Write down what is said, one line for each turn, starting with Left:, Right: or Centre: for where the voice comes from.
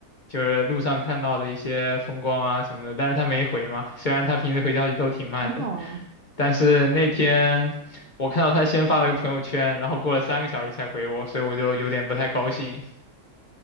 Left: 就是路上看到的一些风光啊什么的，但是她没回嘛，虽然她平时回消息都挺慢的，
Right: 很好啊，
Left: 但是那天我看到她先发了个朋友圈，然后过了三个小时才回我，所以我就有点不太高兴。